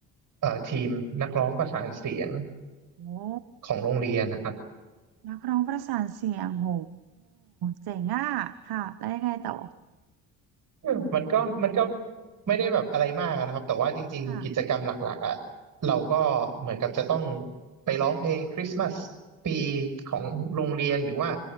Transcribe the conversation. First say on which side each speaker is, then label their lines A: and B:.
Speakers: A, on the right; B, on the right.
A: เอ่อทีมนักร้องประสานเสียง
B: โอ้
A: ของโรงเรียนนะครับ
B: นักร้องประสานเสียงโหเจ๋งอ่ะค่ะแล้วยังไงต่อ
A: อืมมันก็มันก็ไม่ได้แบบอะไรมากนะครับแต่ว่าจริงๆกิจกรรมหลักๆอ่ะ
B: ค่ะ
A: เราก็เหมือนกับจะต้องไปร้องเพลงคริสต์มาสปีของโรงเรียนหรือว่า